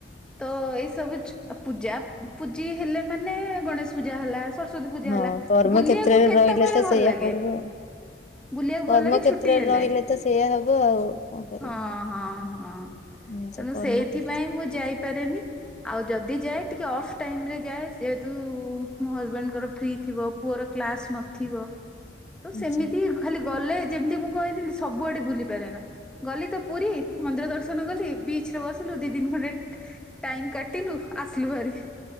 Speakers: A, in the centre; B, on the left.
A: ତ ଏଇ ସବୁ ପୂଜା ପୂଜି ହେଲେ ମାନେ ଗଣେଶ ପୂଜା ହେଲା। ସରସ୍ଵତୀ ପୂଜା
B: ହଁ
A: ହେଲା
B: କର୍ମ
A: ବୁଲିବାକୁ
B: କ୍ଷେତ୍ରରେ
A: କେତେବେଳେ
B: ରହିଲେ ତ
A: ଭଲ
B: ସେଇଆ
A: ଲାଗେ?
B: ପଡିବ
A: ବୁଲିବାକୁ ଭଲ
B: କର୍ମ
A: ଲାଗେ
B: କ୍ଷେତ୍ରରେ
A: ଛୁଟି ହେଲେ
B: ରହିଲେ ତ ସେଇଆ ହବ ଆଉ କଣ କରିବେ।
A: ହଁ ହଁ ହଁ।
B: ନିଜ
A: ତେଣୁ
B: କର୍ମ
A: ସେଇଥିପାଇଁ
B: କର
A: ମୁଁ ଯାଇପାରେନି। ଆଉ ଯଦି ଯାଏ ଟିକେ ଅଫ୍ ଟାଇମ ରେ ଯାଏ ଯେହେତୁ ମୋ ହଜବେଣ୍ଡଙ୍କର ଫ୍ରି ଥିବ। ପୁଅର କ୍ଲାସ ନଥିବ। ତ
B: ଆଚ୍ଛା।
A: ସେମିତି ଖାଲି ଗଲେ ଯେମିତି ମୁଁ କହିଲିିନି ସବୁଆଡେ ବୁଲିପାରେନା। ଗଲି ତ ପୁରୀ ମନ୍ଦିର ଦର୍ଶନ କଲି ବିଚ୍ ରେ ବସିଲୁ ଦି ଦିନ ଖଣ୍ଡେ ଟାଇମ କା କାଟିଲୁ ଆସିଲୁ ଭାରି